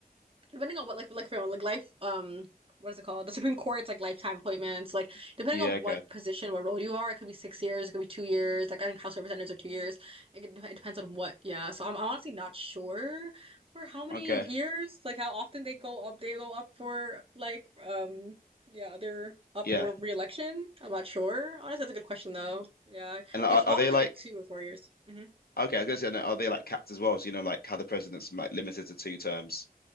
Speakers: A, on the right (about 35°); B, on the left (about 75°).
A: depending on what like like for like life um what is it called? The Supreme Court's like lifetime appointments. Like depending
B: yeah,
A: on
B: okay,
A: what position, what role you are, it could be six years, it could be two years. Like I think House of Representatives are two years. It, could, it depends on what. Yeah. So I'm, I'm honestly not sure for how many
B: okay,
A: years, like how often they go up. They go up for like um yeah they're up
B: yeah.
A: for re-election. I'm not sure. Honestly, that's a good question though. Yeah,
B: And like,
A: it's
B: are,
A: probably
B: are they like,
A: like two or four years. Mhm.
B: okay, I was gonna say, no, are they like capped as well? So, you know, like how the president's like limited to two terms.